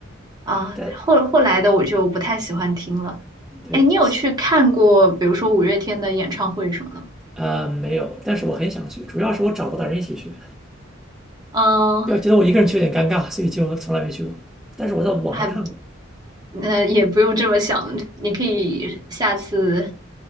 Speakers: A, on the right (about 20°); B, in the centre.
A: 啊，
B: 但
A: 后后来的我就不太喜欢听了。
B: 对
A: 哎，你有去看过，比如说五月天的演唱会什么的吗？
B: 呃没有，但是我很想去，主要是我找不到人一起去，
A: 嗯，
B: 要觉得我一个人去有点尴尬，所以就从来没去过。但是我在网上看过，
A: 还呃也不用这么想，你可以下次